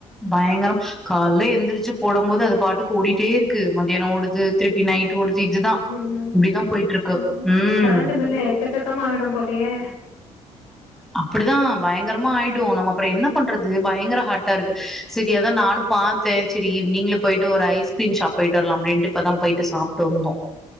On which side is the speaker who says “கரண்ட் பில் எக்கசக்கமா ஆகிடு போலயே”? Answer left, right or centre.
Left